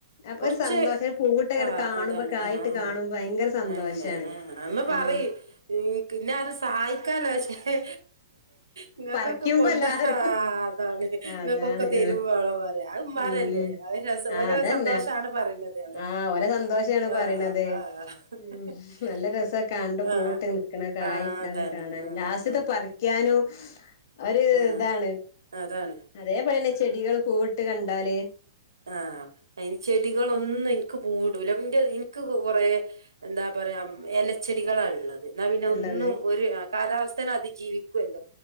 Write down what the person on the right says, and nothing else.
കുറച്ച്
ആ
അതാണ്
ആഹ്
ആഹ്
ആന്ന ആമ്മ
പറയും പിന്നര് സഹായിക്കാലോക്ഷേ നിങ്ങൾക്കൊക്കെ
കൊണ്ട
അതാണ് നിങ്ങൾക്കൊക്കെ
തരുമ്പോള
പറയാ അ മരലെ
അ രസാ
ഓല
സന്തോഷാണ് പറയുന്നത് അതാണ്
ആ
ആ ആ
ആഹ്
ആഹ് അതാണ്
ആഹ്
ആഹ്
ആഹ് ആഹ്
അതാണ്
ആഹ അതിന് ചെടികളൊന്നും എക്ക് കൂടല എനിക്ക് കുറെേ എന്താ പറയാ എലച്ചെടികളാണ് ഉള്ളത് എന്ന പിന്നെ
ഒന്നും ഒരു കാലാവസ്ഥനെ അതിജീവിക്കുവല്ലോ